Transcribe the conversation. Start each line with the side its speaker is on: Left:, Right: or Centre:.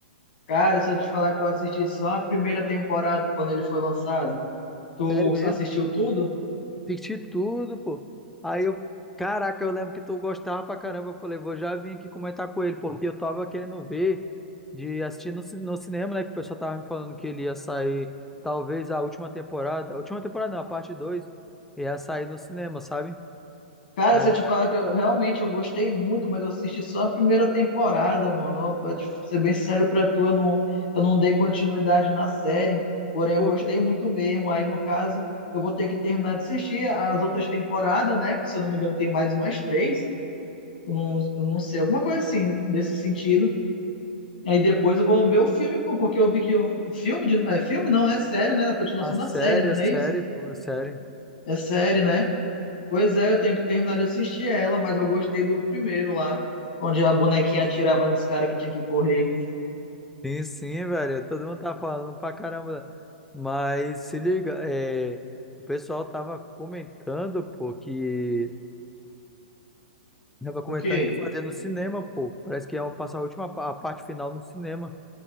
Left: Cara, se eu te falar que eu assisti só a primeira temporada quando ele foi lançado, tu
Centre: Sério mesmo.
Left: assistiu tudo?
Centre: Assisti tudo, pô. Aí eu. Caraca, eu lembro que tu gostava pra caramba. Eu falei, vou já vir aqui comentar com ele, porque eu tava querendo ver de assistir no, ci- no cinema, né? Que o pessoal tava me falando que ele ia sair, talvez, a última temporada. A última temporada não, a parte 2, Ia sair no cinema, sabe?
Left: Cara,
Centre: Aí
Left: se
Centre: a galera
Left: eu te falar
Centre: tá.
Left: que eu, realmente eu gostei muito, mas eu assisti só a primeira temporada, mano. Ó, Pra te ser bem sério pra tu, eu não, eu não dei continuidade na série, porém
Centre: Porque
Left: eu gostei muito mesmo. Aí, no caso, eu vou ter que terminar de assistir as outras temporadas, né? Que se eu não me engano tem mais umas três. eu não, eu não sei, alguma coisa assim, desse sentido. Aí depois eu vou ver o filme, pô, porque eu vi que o filme de, é filme não, é sério, né? Na continuação
Centre: a série,
Left: da série, né?
Centre: a
Left: Não
Centre: série,
Left: é isso?
Centre: pô, a série.
Left: É série, né? Pois é, eu tenho que terminar de assistir ela, mas eu gostei do primeiro lá, onde a bonequinha atirava nos caras que tinha que correr.
Centre: Sim, sim, velho. Todo mundo tá falando pra caramba. Mas se liga, é, o pessoal tava comentando, pô, que. Tava comentando
Left: O quê?
Centre: de fazer no cinema, pô. Parece que iam passar a última pa- a parte final no cinema.